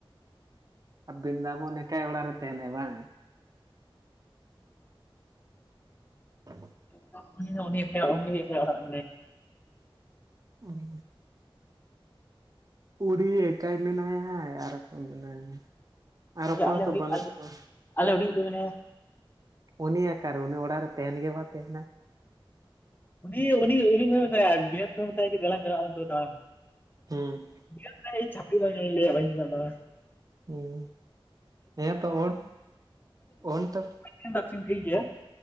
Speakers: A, on the right; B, on the left.
A: <inaudible> ᱵᱤᱱ <inaudible> ᱮᱠᱟᱭ ᱚᱲᱟᱜ ᱨᱮ ᱛᱟᱦᱮᱱᱟᱭ ᱵᱟᱝ᱾ <inaudible>
B: <unintelligible>
A: ᱚᱸᱻ᱾ <inaudible> ᱮᱠᱟᱭ ᱢᱮᱱᱟᱭᱟ ᱟᱨ ᱚᱠᱭ ᱢᱮᱱᱟᱭ-ᱟ᱾ ᱟᱨ ᱚᱠᱚᱭ
B: ᱟᱞᱮ
A: ᱦᱚᱸᱛᱚ
B: ᱦᱤᱰᱤᱧ
A: ᱵᱟᱹᱱᱩᱜ
B: ᱤᱡ
A: ᱠᱚᱣᱟ
B: ᱟᱞᱮ ᱦᱩᱰᱤᱧᱤᱡ ᱫᱚ ᱢᱮᱱᱟᱭ-ᱟ᱾
A: ᱩᱱᱤ ᱟᱠᱟᱨᱮ ᱩᱱᱤ ᱚᱲᱟᱜ ᱨᱮ ᱛᱮᱦᱮᱱ ᱜᱮ ᱵᱟᱭ ᱛᱟᱦᱮᱱᱟ᱾
B: ᱩᱱᱤᱻ ᱩᱱᱤᱻ ᱩᱱᱤᱻ ᱯᱮ ᱢᱮᱛᱟᱭᱟ ᱵᱤᱥᱮᱥ ᱠᱚᱨᱮ ᱢᱮᱛᱟᱭᱟ ᱠᱤ ᱫᱮᱞᱟᱝ ᱪᱟᱞᱟᱜ ᱟᱞᱟᱝ ᱛᱚᱵᱮ ᱫᱟᱬᱟᱱ᱾
A: ᱦᱩᱸ᱾
B: ᱩᱭᱦᱟᱹᱨ ᱫᱟᱭ ᱪᱷᱟᱯᱲᱤ ᱵᱟᱝ ᱫᱚᱧ ᱞᱟᱹᱭᱟ ᱦᱚᱭᱛᱳ ᱫᱟᱫᱟ?
A: ᱦᱩᱸ, ᱦᱮᱸ ᱛᱚ ᱳᱴ, ᱚᱱ ᱛᱚ᱾
B: ᱠᱤᱢ ᱵᱟᱹᱠᱷᱨᱤᱧ ᱴᱷᱤᱠ ᱜᱤᱭᱟ?